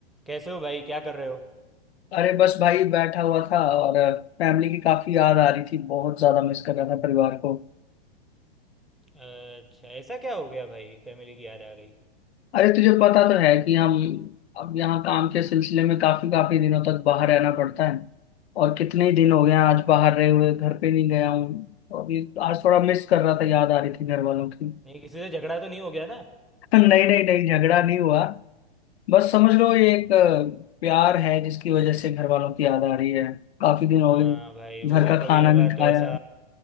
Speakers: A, in the centre; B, on the left.
A: कैसे हो भाई क्या कर रहे हो
B: अरे बस भाई बैठा हुआ था और फैमिली की काफी याद आ रही थी बहुत ज्यादा मिस कर रहा था परिवार को
A: अच्छा ऐसा क्या हो गया भाई फैमिली की याद आ गई
B: अरे तुझे पता तो है कि हम अब यहाँ काम के सिलसिले में काफी काफी दिनों तक बाहर रहना पड़ता है और कितने ही दिन हो गए हैं आज बाहर रहे हुए घर पे नहीं गया हूँ तो अभी आज थोड़ा मिस कर रहा था याद आ रही थी घर वालों की
A: नहीं किसी से झगड़ा तो नहीं हो गया ना
B: <laughs> नहीं नहीं नहीं झगड़ा नहीं हुआ बस समझ लो
A: हाँ
B: ये एक अ, प्यार है जिसकी वजह से घर वालों की याद आ रही है काफी दिन हो
A: हाँ
B: गए
A: भाई वो
B: घर का
A: कभी
B: खाना
A: कभार
B: नहीं
A: तो
B: खाया
A: ऐसा